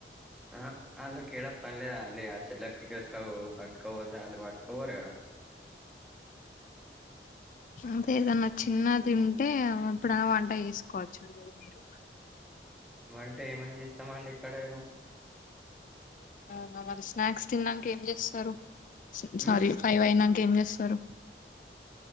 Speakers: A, in the centre; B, on the left.
A: ఆ అలాకి పని లేదండి అసలే ఎలక్ట్రికల్ స్టవ్ పట్కపొతే అళ్ళు పట్కవర్గా
B: అదే ఏదన్నా చిన్న తింటే ఎప్పుడైన్నా వంట చేసుకోవచ్చు అ మీరు అరిటికాయ్
A: వంట ఏమం ఇస్తామ అండి ఇక్కడ ఏమో
B: అవునా మరి స్నాక్స్ తినడానికి ఏం చేస్తారు స్
A: మ్మ్
B: సారీ ఫైవ్ అయినా కేం చేస్తారు